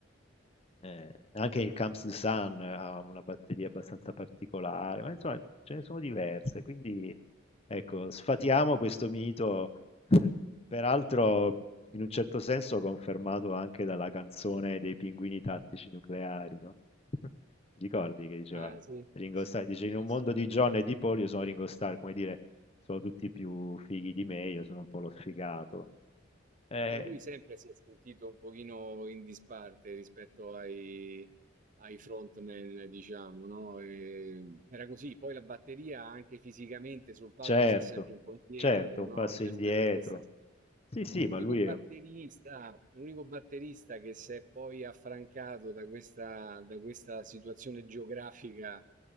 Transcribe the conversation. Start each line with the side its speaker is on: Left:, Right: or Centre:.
Left: Eh, anche il Camps de Sun ha una batteria abbastanza particolare, ma insomma ce ne sono diverse, quindi ecco, sfatiamo questo mito, <laughs> peraltro in un certo senso confermato anche dalla canzone dei Pinguini Tattici Nucleari, no? <laughs> Ti ricordi che diceva
Right: Ah, sì,
Left: Ringo
Right: sì,
Left: Starr, dice
Right: sì,
Left: in un mondo
Right: sì.
Left: di John e di Paul io sono Ringo Starr, come dire, sono tutti più fighi di me, io sono un po' lo sfigato. Eh,
Right: Ah, lui sempre si è sentito un pochino in disparte rispetto ai, ai frontman, diciamo, no? E era così. Poi la batteria anche fisicamente sul palco
Left: certo,
Right: sta sempre un po' indietro,
Left: certo, un
Right: no?
Left: passo
Right: C'è
Left: indietro.
Right: sempre questa.
Left: Sì, sì,
Right: L'unico
Left: ma lui
Right: batterista
Left: è
Right: l'unico batterista che si è poi affrancato da questa, da questa situazione geografica